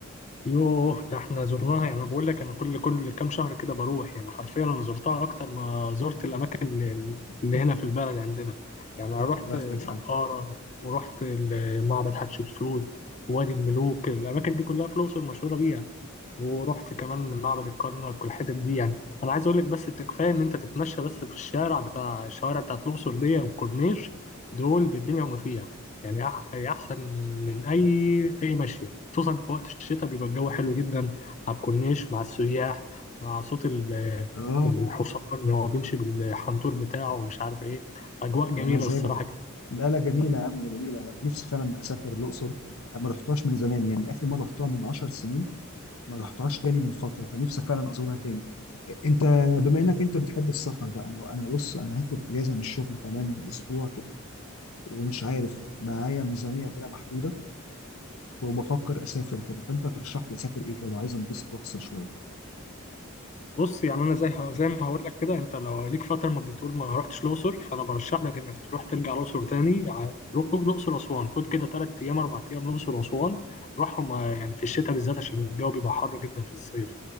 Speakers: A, on the left (about 35°); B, on the left (about 85°).
A: يوه ده احنا زرناها يعني بقول لك انا كل كل كام شهر كده بروح يعني حرفيا انا زرتها اكتر ما زرت الاماكن اللي,
B: <laughs>
A: اللي هنا في البلد عندنا يعني انا رحت
B: يا بختك
A: سقارة
B: يا عم
A: ورحت ال- معبد حتشبسوت ووادي الملوك الاماكن دي كلها في الاقصر مشهورة بيها ورحت كمان معبد الكرنك والحتت دي يعني انا عايز اقول لك بس انت كفايه ان انت تتمشى بس في الشارع بتاع الشوارع بتاعت الاقصر دي والكورنيش دول بالدنيا وما فيها يعني أح- احسن من اي اي ماشيه خصوصا في وقت الشتاء بيبقى الجو حلو جدا على الكورنيش مع السياح مع صوت ال-
B: اه
A: الحصان اللي هو بيمشي بالحنطور بتاعه ومش عارف ايه اجواء جميله
B: يا مزاجك
A: الصراحه
B: لا لا جميله يا عم لا جميله يعني نفسي فعلا اسافر الاقصر انا ما رحتهاش من زمان يعني اخر مره رحتها من 10 سنين ما رحتهاش تاني من فتره فنفسي فعلا ازورها تاني انت بما انك انت بتحب السفر بقى انا أنا بص انا هاخد اجازه من الشغل كمان اسبوع كده ومش عارف معايا ميزانيه كده محدوده وبفكر اسافر كده فانت ترشح لي اسافر ايه كده لو عايز انبسط وافصل شويه
A: بص يعني انا زي زي ما هقول لك كده انت لو ليك فتره ما بتقول ما رحتش الاقصر فانا برشح لك انك تروح ترجع الاقصر تاني ع- تروح الاقصر اسوان خد كده ثلاث ايام اربع ايام الاقصر واسوان روحهم آه، يعني في الشتاء بالذات عشان الجو بيبقى حر جدا في الصيف